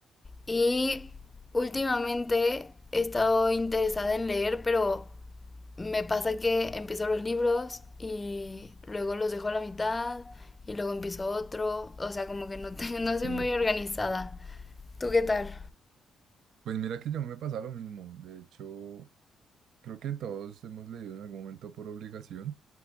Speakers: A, on the left; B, on the right.
A: Y últimamente he estado interesada en leer, pero me pasa que empiezo los libros y luego los dejo a la mitad y luego empiezo otro. O sea, como que no, te- <laughs> no soy
B: Sí.
A: muy organizada. ¿Tú qué tal?
B: Pues mira que yo me pasa lo mismo. De hecho, creo que todos hemos leído en algún momento por obligación.